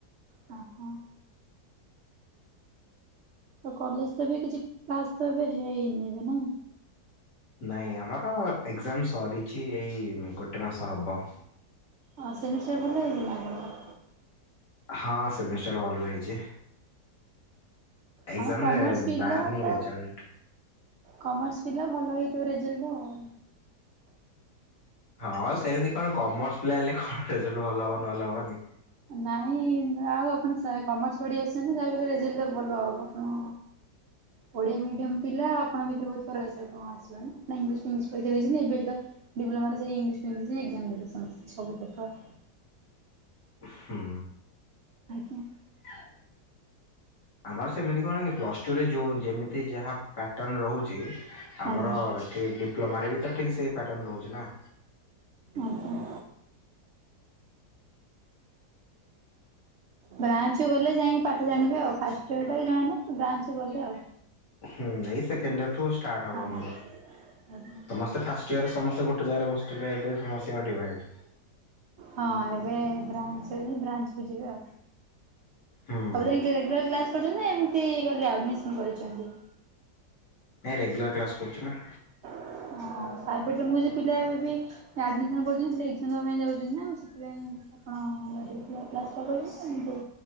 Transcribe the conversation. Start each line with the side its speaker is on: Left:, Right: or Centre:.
Right: ଓହୋ ଆଉ କଲେଜ ତ ବି କିଛି କ୍ଲାସ ତ ଏବେ ହେଇନି ବି ନା ‌।
Left: ନାଇଁ ଆମର ତ ଏଜାମ ସରିଛି ଏଇ ଗୋଟେ ମାସ ହବ।
Right: ହଁ ସେମିଷ୍ଟର ଭଲ ହେଇଛି ନା ଆପଣଙ୍କ?
Left: ହଁ ସେମିଷ୍ଟର ଭଲ ହେଇଚି। ଏଗଜାମ
Right: ହଁ କମର୍ସ
Left: ରେ
Right: ପିଲା
Left: ବାହାରନି
Right: ତ
Left: ରେଜଲ୍ଟ।
Right: କମର୍ସ ପିଲା ଭଲ ହେଇଥିବ ରେଜଲ୍ଟ ଆଉ।
Left: ହଁ ସେମିତି କଣ କମର୍ସ ପିଲା ହେଲେ କଣ ରେଜଲ୍ଟ ଭଲ ହବ ନହେଲେ ହବନି।
Right: ନାଇଁ ଆଉ ଆପଣ ସାଇ କମର୍ସ ପଢି ଆସିଛନ୍ତି ଯାଆ ବଲି ରେଜଲ୍ଟ ଭଲ ହବ, ହଁ। ଓଡିଆ ମିଡିୟମ ପିଲା ଆପଣ ଭିତରେ ବହୁତ ଫରକସ ଆପଣ ଆସିବ ନା ଇଂଶ ପରୀକ୍ଷା ଦେଇଛନ୍ତି ଏବେ ତ <unintelligible> ଡିପ୍ଲୋମା ରେ ଯାଇ ଇଂଲିଶ ଟୁ ଇଂଲିଶ ଏକ୍ସାମ ଦେଇ ସମସ୍ତେ ସବୁ ପେପର
Left: ହୁଁ।
Right: ଆଜ୍ଞା।
Left: <unintelligible> ଆମର ସେମିତି କଣ କି, ପ୍ଲସ ଟୁରେ ଯୋଉ ଯେମିତି ଯାହା ପାଟର୍ଣ୍ଣ ରହୁଚି ଆମର
Right: ଆଜ୍ଞା
Left: ଏଠି ଡିପ୍ଲୋମାରେ ବି ତ ଠିକ୍ ସେଇ ପ୍ୟାଟର୍ଣ୍ଣ ରହୁଚି ନା?
Right: ଅହ। ବ୍ରାଞ୍ଚ ଗଲେ ଯାଇକି ପାଠ ଜାଣିବେ ଆଉ, ଫାଷ୍ଟ ଇୟର ଟା ବି ଜଣାନାଇ, ବ୍ରାଞ୍ଚ ଗଲେ ଆଉ
Left: ହୁଁ, ଏଇ ସେକଣ୍ଡର ଠୁ ଷ୍ଟାର୍ଟ ହବ
Right: ହଁ
Left: ଆମର,
Right: ଆଜ୍ଞା
Left: ସମ ତ ଫାଷ୍ଟ ଇୟରରେ ସମସ୍ତେ ଗୋଟେ ଜାଗାରେ ବସିଥିଲେ, ଏବେ ସମସ୍ତଙ୍କ ଡିଭାଇଡ୍
Right: ହଁ ଏବେ ବ୍ରାଞ୍ଚ, ବ୍ରାଞ୍ଚକୁ ଯିବେ ଆଉ।
Left: ହୁଁ
Right: ଅନଲାଇନ୍ <unintelligible> ରେଗୁଲାର୍ କ୍ଲାସ କରଛନ୍ତିନା, ଏମିତି ଖାଲି ଆଡ଼ମିଶନ୍ କରିଚନ୍ତି?
Left: ନାଇଁ ରେଗୁଲାର୍ କ୍ଲାସ୍ କରୁଚି ନା।
Right: ଓ ସାରପଟରେ ମୁଁ ଯେ ପିଲା ଏବେ ବି ଆଡ଼ମିଶନ କରିଚନ୍ତି, ପୁଣି ଏଗଜାମ୍ ଦେବାପାଇଁ ଯାଉଚନ୍ତି ନା, ମୁଁ ସେଥିପାଇଁ ଆପଣ ରେଗୁଲାର କ୍ଲାସ ଟା କରିବେ ନା ଏମିତି?